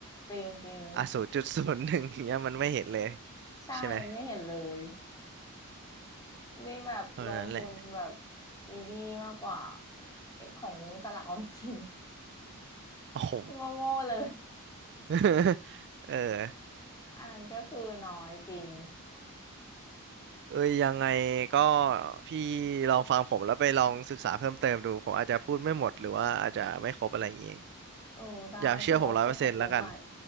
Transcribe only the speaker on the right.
อ่ะศูนย์จุดศูนย์หนึ่งเนี้ยมันไม่เห็นเลย
ใช่ไหม
เพราะฉะนั้นแหละ
โอ้โห
<laughs> เออ
เอ้ยยังไงก็พี่ลองฟังผมแล้วไปลองศึกษาเพิ่มเติมดูผมอาจจะพูดไม่หมดหรือว่าอาจจะไม่ครบอะไรอย่างงี้
อย่าเชื่อผมร้อยเปอร์เซ็นต์แล้วกัน